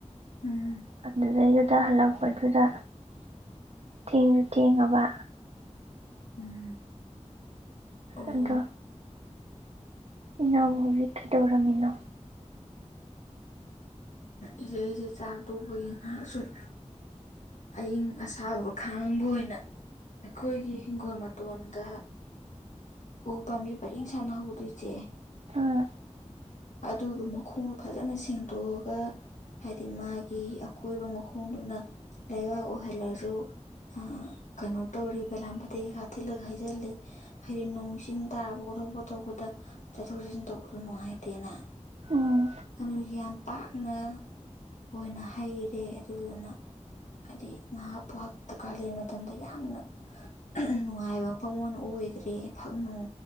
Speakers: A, on the left; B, on the right.
A: ꯎꯝ
B: ꯑꯗꯨꯗꯩꯗ ꯇ ꯍꯜꯂꯛꯄꯗꯨꯗ ꯊꯦꯡꯁꯨ ꯊꯦꯡꯉꯕ
A: ꯎꯝ ꯑꯣ
B: ꯑꯗꯣ ꯏꯅꯥꯎꯕꯨ ꯍꯧꯖꯤꯛ ꯀꯩꯗꯧꯔꯝꯃꯤꯅꯣ
A: ꯏꯆꯦ ꯑꯩꯁꯦ ꯆꯥꯛ ꯇꯣꯛꯄꯒꯤ ꯉꯥꯏꯍꯥꯛ ꯁꯨꯝ ꯑꯏꯪ ꯑꯁꯥꯕ ꯈꯥꯡꯕ ꯑꯣꯏꯅ ꯑꯩꯈꯣꯏꯒꯤ ꯍꯤꯡꯒꯣꯜ ꯃꯇꯣꯟꯗ ꯑ ꯎ ꯄꯥꯝꯕꯤ ꯄꯔꯦꯡ ꯁꯥꯟꯅ ꯍꯧꯕꯗꯣ ꯏꯆꯦ
B: ꯎꯝ
A: ꯑꯗꯨꯗꯣ ꯃꯈꯣꯡꯗꯨ ꯐꯖꯅ ꯁꯦꯡꯗꯣꯛꯑꯒ ꯍꯥꯏꯗꯤ ꯃꯥꯒꯤ ꯑꯀꯣꯏꯕ ꯃꯈꯣꯡꯗꯨꯅ ꯂꯩꯕꯥꯛ ꯑꯣꯏꯍꯜꯂꯖꯨ ꯎꯝ ꯀꯩꯅꯣ ꯇꯧꯔꯦ ꯕꯦꯂꯥꯝꯕꯗꯤ ꯍꯥ ꯊꯤꯠꯂꯒ ꯍꯩꯖꯤꯜꯂꯤ ꯍꯥꯏꯗꯤ ꯅꯣꯡ ꯏꯁꯤꯡ ꯇꯥꯕ ꯈꯣꯠꯊꯣꯛꯄ ꯇꯧꯔꯛꯄꯗ ꯆꯠꯊꯣꯛ ꯆꯠꯁꯤꯟ ꯇꯧꯕꯗꯣ ꯅꯨꯡꯉꯥꯏꯇꯦꯅ
B: ꯎꯝ
A: ꯑꯗꯨꯒꯤ ꯌꯥꯝ ꯄꯥꯛꯅ ꯑꯣꯏꯅ ꯍꯩꯔꯦ ꯑꯗꯨꯗꯨꯅ ꯍꯥꯏꯗꯤ ꯉꯥꯏꯍꯥꯛꯄꯛ ꯀꯥꯂꯦꯟ ꯃꯇꯝꯗ ꯌꯥꯝꯅ ꯅꯨꯡꯉꯥꯏꯕ ꯃꯐꯝ ꯉꯣꯟ ꯑꯣꯏꯈ꯭ꯔꯦ ꯐꯛꯅꯨꯡ